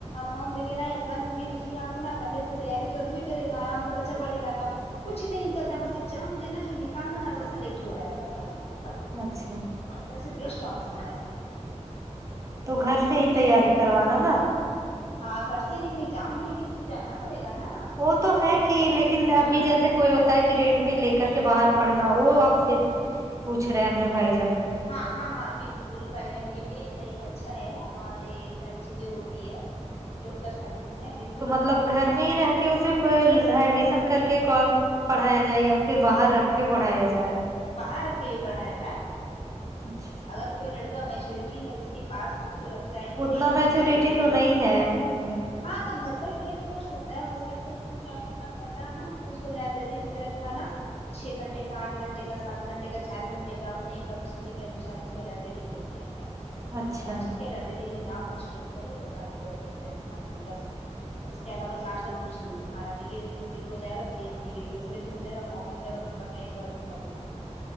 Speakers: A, on the left; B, on the right.
A: فارم وغیرہ ہے تورنت فل کیا اپنا پہلے سے تیاری تو رہوے کرے گا آرام سے بچہ پڑھے گا تھا کچھ نہیں کرنا بس اگزام دینا ہے نکالنا ہے بس سلکٹ ہو جائے گا پوسٹ
B: اچھا
A: سب سے بیسٹ آپشن ہے
B: تو گھر سے ہی
A: میرے
B: تیاری
A: ہوں
B: کروانا نا
A: ہاں گھر سے ہی لیکن ایگزام دینے کے لیے پھر جانا پڑے گا نا
B: وہ تو ہے کہ
A: یہاں
B: لیکن ابھی
A: ہاں
B: جیسے کوئی ہوتا ہے کہ رینٹ میں لے کر کے باہر پڑھنا وہ آپ سے پوچھ رہے ہیں ہم نے بھائی جان کے لیے
A: ہاں ہاں ہاں بل کل بھائی جان کے لیے یہ صحیح اچھا ہے اور یہ ساری چیزیں ہوتی ہے لوگ کر سکتے ہیں دیکھ
B: تو مطلب گھر میں ہی رہ کے اسے پر ایڈمیشن کر کے پڑھایا جائے یا پھر باہر رکھ کے پڑھایا جائے
A: باہر رکھ کے بھی پڑھایا جائے
B: اچھا
A: اگر کوئی لڑکا میچورٹی ہے اس کے پاس اس کو لگ تا ہے کہ
B: اتنا
A: نہیں
B: میچورٹی
A: ہم لگے روم
B: تو نہیں
A: میں
B: ہے اس میں۔
A: ہاں تو گھر پر ہی بھی رہ کے پڑ سکتا ہے وہ بشرطیکہ اس کو کیا کرنا پڑتا ہے نا کہ اس کو لائبریری وغیرہ جو ہے نا چھ گھنٹے کا آٹھ گھنٹے کا سات گھنٹے کا چار گھنٹے کا اپنے کے انوسار اس کو لائبریری بھیج دیا جائے
B: اچھا
A: کا چی کے لائبریری میں جاؤ کنسٹٹ کرو اپنا پڑھائی کرو اس کے انسار تم بس اس کے علاوہ چار سال کچھ نہیں تمہارا بی اے بھی کمپلیٹ ہو جائے بی ای سی ایگریکلچر بھی ہو جائے گا فارم نکلے گا تم بھرنا ایک بار میں نکلنا ہے اپنا